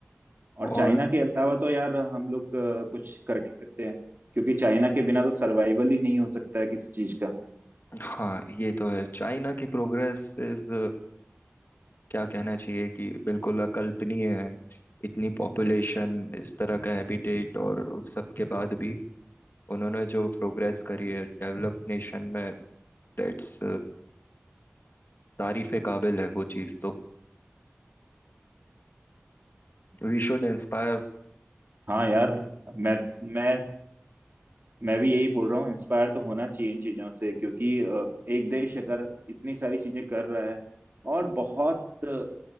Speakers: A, on the left; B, on the right.
A: और
B: और चाइना के अलावा तो यार हम लोग अ, कुछ कर नहीं सकते हैं क्योंकि चाइना के बिना तो सर्वाइवल ही नहीं हो सकता है किसी चीज का
A: हाँ ये तो है चाइना की प्रोग्रेस इज क्या कहना चाहिए कि बिल्कुल अकल्पनीय है इतनी पॉपुलेशन इस तरह का हैबिटेट और उस सब के बाद भी उन्होंने जो प्रोग्रेस करी है डेवलप्ड नेशन में दैट्स तारीफ के काबिल है वो चीज़ तो We should inspire
B: हाँ यार मैं मैं मैं भी यही बोल रहा हूँ इंस्पायर तो होना चाहिए इन चीजों से क्योंकि अ, एक देश अगर इतनी सारी चीजें कर रहा है और बहुत अ,